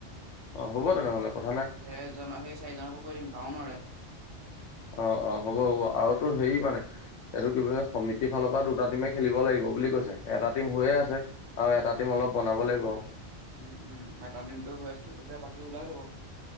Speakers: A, on the left; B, on the right.
A: অ হ'ব তেনেহ'লে কথা নাই
B: সেইজনক সেই চাৰিজনকো কৈ দিম টাউনৰে।
A: অহ -অহ, হ'ব- হ'ব আৰু তোৰ হেৰি মানে এইটো কি সমিতিৰ ফালৰ পৰা দুটা টিমে খেলিব লাগিব বুলি কৈছে এটা টিম
B: অ',
A: হৈয়ে আছে আৰু
B: অ',
A: এটা টিম অলপ বনাব লাগিব আৰু।
B: উম -উম এটা টিমটো হৈ আছ তেতিয়া বাকী ওলাই যাব।